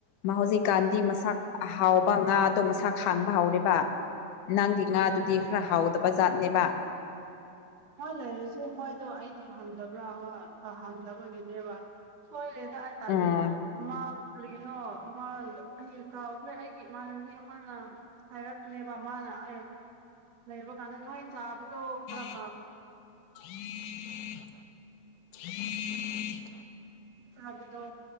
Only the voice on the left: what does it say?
ꯃꯍ ꯍꯧꯖꯤꯛ ꯒꯥꯟꯙꯤ
ꯃꯁꯥꯛ ꯑ ꯍꯥꯎꯕ ꯉꯥ ꯑꯗꯣ ꯃꯁꯥ ꯈꯥꯡꯕ ꯍꯧꯥꯎꯔꯤꯕ ꯅꯪꯒꯤ
ꯉꯥꯗꯨꯗꯤ
ꯈꯔ ꯍꯥꯎꯗꯕ ꯕꯖꯥꯠꯅꯦꯕ
ꯎꯝ
ꯎꯝ